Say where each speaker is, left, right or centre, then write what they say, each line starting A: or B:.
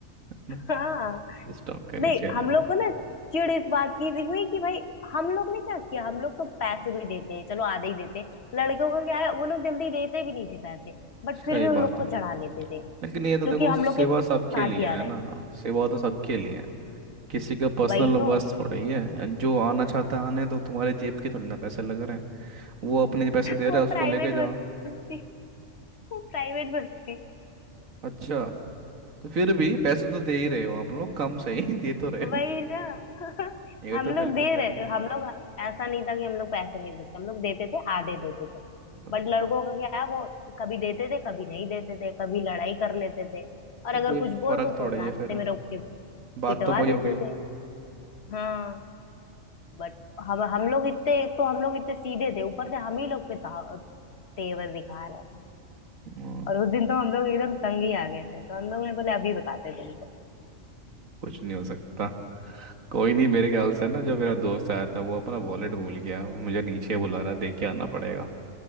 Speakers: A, on the right; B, on the left.
A: ना
B: हाँ
A: सिस्टम के नीचे
B: नहीं
A: रहने
B: हम लोग
A: का।
B: को ना चिढ़ इस बात की भी हुई कि भाई हम लोग ने क्या किया हम लोग तो पैसे भी देते हैं चलो आधे ही देते लड़कियों का क्या है वो लोग जल्दी देते भी नहीं थे पैसे बट फिर
A: सही
B: भी उन
A: बात
B: लोग को
A: है
B: चढ़ा लेते थे
A: लेकिन ये तो
B: जो
A: देखो
B: कि हम
A: सेवा
B: लोग के साथ
A: सबके लिए
B: ही आ
A: है
B: रहे
A: ना
B: हैं
A: सेवा तो सबके लिए है किसी का पर्सनल
B: वही तो
A: बस थोड़ी है जो आना चाहता है आने दो तुम्हारे जेब के थोड़ी ना पैसे लग रहे हैं वो अपने पैसे दे
B: वो
A: रहा है उसको
B: प्राइवेट
A: लेके जाओ
B: बस थी वो प्राइवेट बस थी
A: अच्छा तो फिर भी पैसे तो दे ही रहे हो आप लोग कम सही <laughs> दे तो रहे
B: वही
A: हो
B: ना <laughs>
A: ये
B: हम
A: तो
B: लोग
A: बिल्कुल
B: दे
A: दे
B: रहे
A: रहे हैं
B: हम लोग ऐसा नहीं था कि हम लोग पैसे नहीं देते हम लोग देते थे आधे देते थे
A: अच्छा
B: बट लड़कों का क्या है वो कभी देते थे कभी नहीं देते थे कभी लड़ाई कर लेते थे और
A: तो
B: अगर
A: कोई
B: कुछ
A: फर्क
B: बोल दो
A: थोड़ा
B: तो
A: ही
B: रास्ते
A: है फिर
B: में रोक के
A: बात
B: पिटवा
A: तो वही हो
B: देते
A: गई
B: थे हाँ बट हम हम लोग इतने एक तो हम लोग इतने सीधे थे ऊपर से हम ही लोग पे ता- तेवर दिखा रहे हैं
A: हाँ,
B: और उस दिन तो हम लोग एकदम तंग ही आ गए थे तो हम लोग ने बोले अभी बताते तुमको
A: कुछ नहीं हो सकता कोई नहीं मेरे ख्याल से ना जो मेरा दोस्त आया था वो अपना वॉलेट भूल गया वो मुझे नीचे बुला रहा है, देख के आना पड़ेगा